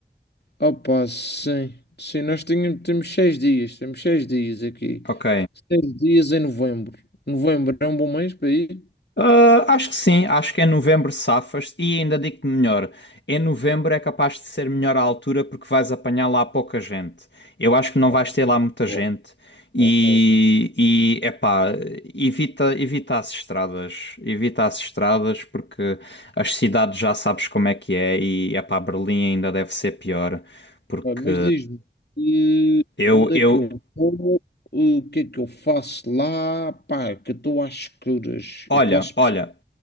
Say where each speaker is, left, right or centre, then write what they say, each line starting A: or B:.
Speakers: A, on the left; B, on the left.
A: Opa, sim. Sim, nós tínhamos, temos seis dias, temos seis dias aqui.
B: Ok.
A: Seis dias em novembro. Novembro é um bom mês para ir.
B: Ah, acho que sim, acho que em novembro safas e ainda digo-te melhor, em novembro é capaz de ser melhor a altura porque vais apanhar lá pouca gente. Eu acho que não
A: Ó,
B: vais ter lá muita gente
A: ó,
B: e,
A: ó, ó.
B: e epá, evita, evita as estradas, evita as estradas porque as cidades já sabes como é que é e epá, Berlim ainda deve ser pior porque
A: Ah, mas diz-me, eh,
B: eu,
A: onde
B: eu,
A: é que eu vou? Eh, O que é que eu faço lá? Pá, que eu estou às escuras.
B: olha,
A: Eu posso
B: olha,
A: pesquisar.